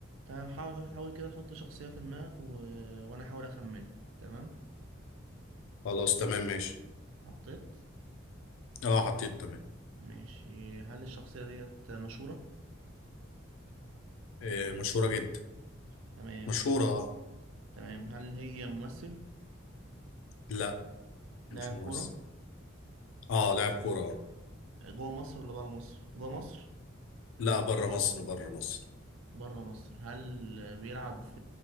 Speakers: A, on the right (about 75°); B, on the left (about 70°).
A: تمام حاول حاول كده تحط شخصية في دماغك و... وأنا أحاول أخمنها تمام
B: خلاص تمام ماشي
A: حطيت
B: اه حطيت تمام
A: ماشي هل الشخصية ديت مشهورة؟
B: آه مشهورة جدا
A: تمام
B: مشهورة اه
A: تمام هل هي ممثل؟
B: لا
A: لاعب
B: مش ممثل
A: كورة؟
B: اه لاعب كورة اه
A: جوه مصر ولا برا مصر؟ جوه مصر؟
B: لا بره مصر بره مصر
A: برا مصر هل بيلعب في